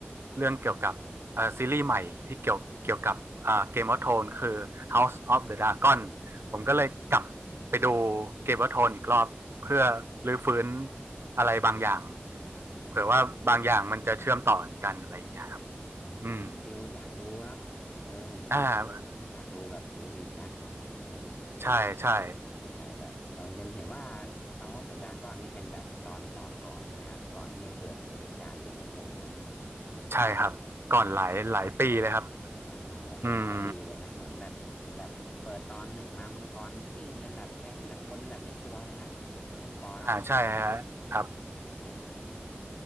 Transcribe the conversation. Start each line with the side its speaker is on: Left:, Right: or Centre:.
Right: เรื่องเกี่ยวกับ เอ่อซีรีส์ใหม่ที่เกี่ยวเกี่ยวกับอ่า Game of Thrones คือ
Left: อ่าอมอืม
Right: House of the Dragon
Left: อ่า
Right: ผมก็เลยกลับไปดู
Left: อ่า
Right: Game of Thrones อีกรอบเพื่อรื้อฟื้น
Left: อ่า
Right: อะไรบางอย่าง
Left: อ๋อ
Right: เผื่อว่าบางอย่างมันจะเชื่อมต่อกันอะไรอย่างเงี้ยครับ
Left: มันก็ เออมันมีฟิลอยากดูเนาะเออผมก็อยากดูผมก็อยากดูแบบดูอีกนะเออ
Right: อืมอ่า
Left: เออ
Right: ใช่ใช่
Left: ใช่ใช่แบบมันเป็นเห็นว่าเอาออฟเดอะดราก้อนนี่เป็นแบบตอนตอนก่อนใช่ไหมครับ ก่อนที่จะเกิดเหตุการณ์เกมออฟโทนเนาะ
Right: ใช่ครับก่อนหลายหลายปีเลยครับ
Left: อ่าละเอาเป็นร้อยปีเลยไหม
Right: อืม
Left: เหมือนแบบผมแบบเปิดตอนหนึ่งมามังกรซิ่งกันแบบแว้นแบบคนแบบไม่กลัวเลยนะน้องคุณปอเนาะ
Right: อ่าใช่ฮะครับ
Left: อืมแบบเหตุอ่า